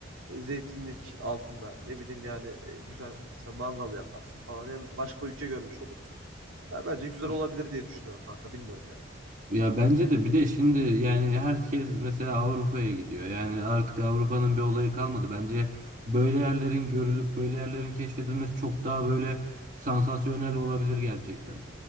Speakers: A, on the right; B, on the right.
A: e, zeytinlik altında ne bileyim yani e, güzel mesela mangal yaparsın falan hem başka ülke görmüş olursun. Ya bence güzel
B: Ya
A: olabilir diye düşünüyorum kanka bilmiyorum yani.
B: ya bence de bir de şimdi yani herkes mesela Avrupa'ya gidiyor. Yani artık Avrupa'nın bir olayı kalmadı. Bence böyle yerlerin görülüp böyle yerlerin keşfedilmesi çok daha böyle sansasyonel olabilir gerçekten.